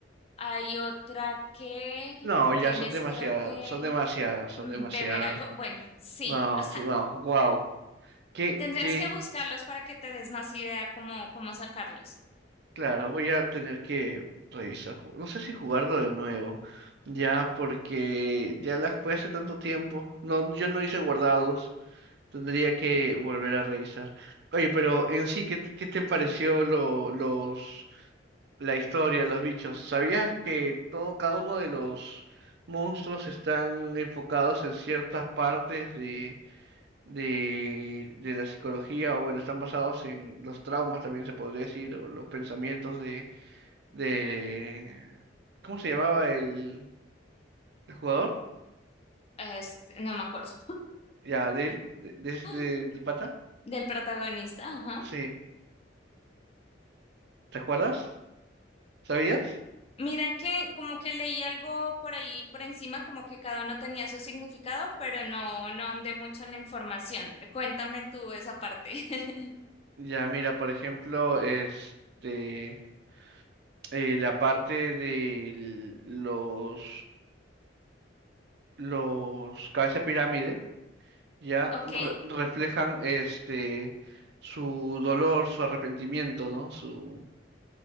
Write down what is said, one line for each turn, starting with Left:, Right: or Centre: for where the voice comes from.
Left: Hay otra que
Right: No, ya
Left: tienes,
Right: son demasiadas,
Left: creo que,
Right: son demasiadas, son
Left: mm,
Right: demasiadas.
Left: beber algo. Bueno, sí,
Right: No,
Left: o sea,
Right: no, wow. ¿Qué,
Left: Tendrías
Right: qué?
Left: que buscarlos para que te des más idea cómo, cómo sacarlos.
Right: Claro, voy a tener que revisar. ju- No sé si jugarlo de nuevo. Ya, porque ya las fue hace tanto tiempo. No, yo no hice guardados. Tendría que volver a revisar. Oye, pero en sí, ¿qué, te- qué te pareció lo, los, la historia, los bichos? ¿Sabías que todo, cada uno de los monstruos están enfocados en ciertas partes de de, de la psicología, o bueno, están basados en los traumas también se podría decir, o los pensamientos de, de ¿cómo se llamaba el, el jugador?
Left: Este, no me acuerdo.
Right: Ya, de él, de,
Left: <gasps>
Right: de este-
Left: <laughs>
Right: del pata.
Left: Del protagonista, ajá.
Right: Sí, ¿te acuerdas? ¿Sabías?
Left: Mira que como que leí algo por ahí por encima, como que cada uno tenía su significado, pero no, no ahondé mucho en la información. Cuéntame tú esa parte. <laughs>
Right: Ya, mira, por ejemplo, este, eh, la parte de los, los cabeza de pirámide. ya
Left: Ok,
Right: re- reflejan este su dolor, su arrepentimiento, ¿no? Su,